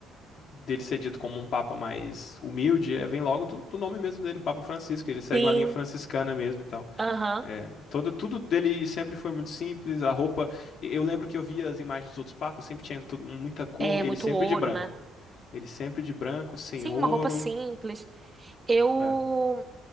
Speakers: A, on the left; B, on the right.
A: dele ser dito como um papa mais humilde, é, vem logo do, do nome mesmo dele, Papa Francisco, ele segue
B: Sim.
A: uma linha franciscana mesmo, então
B: Aham.
A: é, todo, tudo dele sempre foi muito simples. A roupa, eu lembro que eu via as imagens dos outros papas, sempre tinha tudo- muita cor.
B: É
A: Ele
B: muito
A: sempre
B: ouro,
A: de branco.
B: né?
A: Ele sempre de branco, sem
B: Sim,
A: ouro.
B: uma roupa simples. Eu.
A: É.